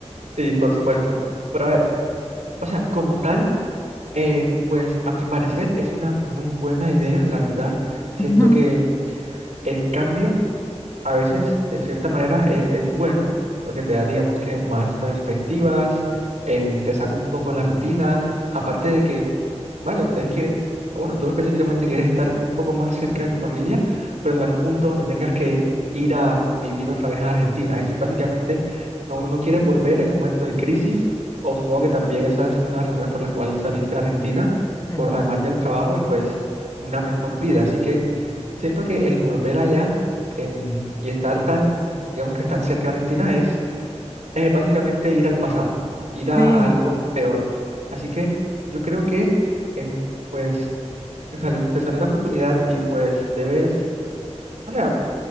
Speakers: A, on the right; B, on the left.
A: sí, por supuesto, pero a ver, o sea, como tal, eh, pues a mi parecer es una muy buena idea, la verdad, siento
B: Ujú.
A: que El cambio a veces, de cierta manera, es, es bueno porque te da, digamos que, más perspectivas, em, te saca un poco la rutina, aparte de que, vale, ustedes quieren, bueno, tú específicamente quieres estar un poco más cerca de tu familia, pero no al punto donde tengas que ir a vivir otra vez a Argentina. Es básicamente, no, no quieres volver en un momento de crisis, o supongo que también esa es una de las razones por la cual saliste de Argentina,
B: Sí,
A: por, además del trabajo y pues una mejor vida. Así que... Siento que el volver allá em, y estar tan, digamos que tan cerca de Argentina es eh, básicamente ir al pasado, ir a,
B: sí,
A: a algo peor. Así que yo creo que, em, pues, te sale, te sale una oportunidad y pues debes, o sea,